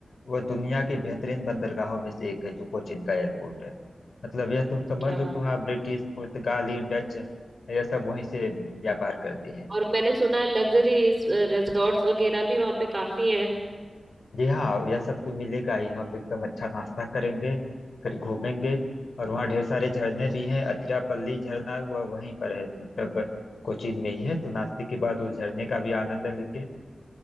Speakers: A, on the left (about 80°); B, on the right (about 30°).
A: वह दुनिया की बेहतरीन बंदरगाहों में से एक है जो कोचिन का एयरपोर्ट है मतलब यह तुम समझ
B: क्या
A: लो
B: बात
A: कि वहाँ ब्रिटिश पुर्तगाली डच यह सब वहीं से व्यापार करते हैं
B: और मैंने सुना है लग्जरी रिजॉर्ट्स वगैरह भी वहाँ पे काफी हैं
A: जी हाँ यह सब तो मिलेगा ही हम एकदम अच्छा नाश्ता करेंगे फिर घूमेंगे और वहाँ ढेर सारे झरने भी हैं अथिरापल्ली झरना वह वहीं पर है मतलब कोचीन में ही है तो नाश्ते के बाद उस झरने का भी आनंद लेंगे